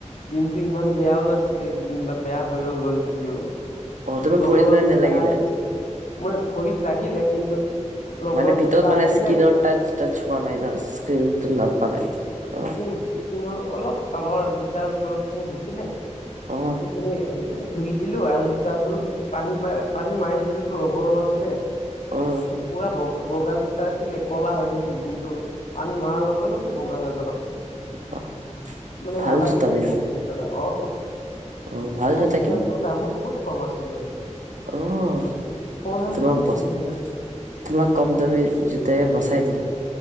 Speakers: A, on the left (about 80°); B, on the right (about 85°).
A: দিনটো ইমান বেয়াও নাছ ছিলে যেনিবা। বেয়া হৈয়ো গ'ল যদিও
B: অ তোমাৰ
A: ৰববৰ
B: ভৰিত মানে
A: জোতা
B: নেলাগিলে
A: আছিল। মই ভৰিত লাগিলে কিন্তু ৰবৰৰ
B: মানে ভিতৰত
A: জোতা
B: মানে
A: আছিলে
B: স্কিনৰ টাচ টাচ হোৱা নাই ন স্কিনটো নাপালে। অ'।
A: স্কিন স্কিনৰ অলপ তালৰ জোতাৰ ওচৰৰখিনি হৈছিলে।
B: অ
A: সেইখিনি ধুই দিলো আৰু জোতাযোৰ পানী পানী মাৰি টো ৰবৰৰ আছিলে।
B: অ'।
A: ত পুৰা বগা বগা জোতা আছিলে ক'লা হৈ গৈছিল কিন্তু পানী মৰাৰ লগে লগে বগা হৈ গ'ল আকৌ
B: অ
A: মানে
B: ভাল
A: নালাগিলে
B: জোতা দেখোন
A: একোটৰা অ
B: অ ভাল জোতা
A: আৰু জোতাৰ দামো বহুত কম আছিলে
B: অহ,
A: ফ'ৰ হাণ্ড্ৰেড
B: তোমাক
A: নে
B: বছ
A: চামথিং আছিল
B: তোমাক কম দামী জোতাই বচাই দিলে।